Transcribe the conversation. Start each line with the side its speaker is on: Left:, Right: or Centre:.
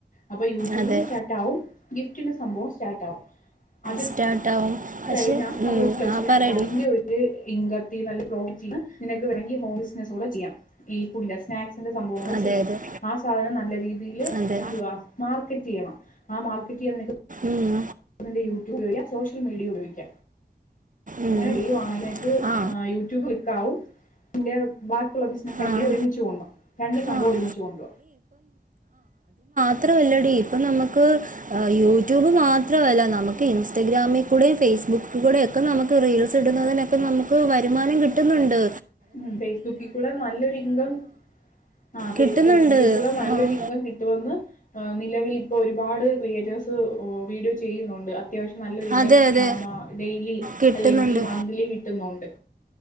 Left: അപ്പൊ യൂട്യൂബും
Right: അതെ
Left: സ്റ്റാർട്ടാകും ഗിഫ്റ്റിന്റെ സംഭവോം സ്റ്റാർട്ടാവും അത്
Right: സ്റ്റാർട്ടാവും
Left: അത്
Right: പക്ഷേ
Left: കഴിഞ്ഞാ സംഭവം ക്ലച്ച്
Right: ആ
Left: പിടിച്ചതിന്റെ
Right: പറയെടീ
Left: ഒര് ഇംഗ തീന്ന് നല്ല പ്രോഫിറ്റീന്ന് നിനക്ക് വേണെങ്കിൽ ഹോം ബിസിനസ് കൂടെ ചീയ്യാം. ഈ <unintelligible> സ്നാക്സ് ന്റെ സംഭവം കൂടെ
Right: അതെ
Left: ചീയ്യാം
Right: അതെ
Left: ആ സാധനം നല്ല രീതീല്
Right: അതെ
Left: എന്തുവാ മാർക്കറ്റീയ ആ മാർക്കറ്റ്അതിനൊക്കെ
Right: ഉം,
Left: ന്റെ യൂട്യൂബ് ഉപയോഗിക്ക സോഷ്യൽ മീഡിയ ഉപയോഗിക്ക
Right: ഉം.
Left: അങ്ങനെ ചെയ്യുവാണെങ്കി നിനക്ക്
Right: ആ
Left: യൂട്യൂബ് ക്ലിക്കാവും നിന്റ ബിസിനസ്
Right: ആ
Left: ഐഡിയ ഒരുമിച്ച് കൊണ്ടോവാം രണ്ട് സംഭവം
Right: ആഹ്
Left: ഒരുമിച്ച് കൊണ്ട
Right: മാത്രമല്ലടീ പ്പ നമ്മക്ക് യൂട്യൂബ് മാത്രവല്ല നമുക്ക് ഇൻസ്റ്റഗ്രാമി കൂടീം ഫേസ്ബുക്ക് കൂടേം ഒക്കെ നമ്മക്ക് റീൽസ് ഇടുന്നതിനക്കെ നമ്മക്ക് വരുമാനം കിട്ട്ന്ന്ണ്ട്.
Left: മ് ഫേസ്ബുക്കികൂടെ നല്ലൊരിങ്കം ആഹ്
Right: കിട്ടുന്നുണ്ട്
Left: ഫേസ്ബുക്കി കൂടി നല്ലൊരിങ്കം
Right: ആഹ്
Left: കിട്ടുമെന്ന് നിലവിൽ ഇപ്പോ ഒരുപാട് ക്രിയേറ്റേഴ്സ് വീഡിയോ ചെയ്യുനൊണ്ട് അത്യാവ നല്ലൊരിങ്കം
Right: അതെ അതെ
Left: ന മ ഡെയിലി
Right: കിട്ടുന്നുണ്ട്
Left: അല്ലെങ്കി മന്ത്ലി കിട്ടുന്നൊണ്ട്